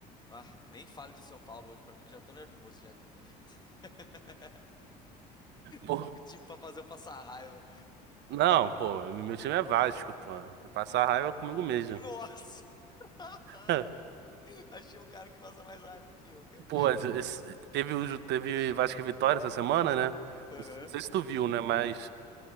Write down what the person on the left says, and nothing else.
Ah, nem fale de São Paulo hoje pra mim que já tô nervoso já, cara. <laughs>
O time pra fazer eu passar raiva.
Nossa! <laughs>
Achei um cara que passa mais raiva do que eu, cara.
Aham.